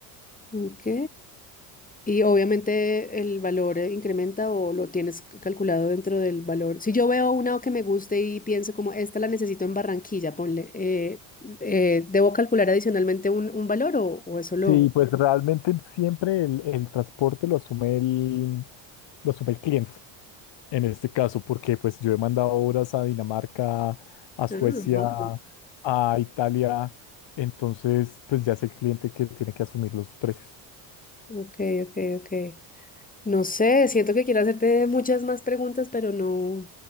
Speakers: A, on the left; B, on the left.
A: Ok. Y obviamente el valor eh, incrementa o lo tienes calculado dentro del valor. Si yo veo una que me guste y pienso como esta la necesito en Barranquilla, ponle, eh, eh, ¿debo calcular adicionalmente un, un valor o, o eso lo...
B: Sí, pues realmente siempre el, el transporte lo asume el, lo asume el cliente en este caso, porque pues yo he mandado obras a Dinamarca, a Suecia,
A: Ah, wow
B: a Italia, entonces pues ya es el cliente que tiene que asumir los precios.
A: ok, ok, ok. No sé, siento que quiero hacerte muchas más preguntas, pero no,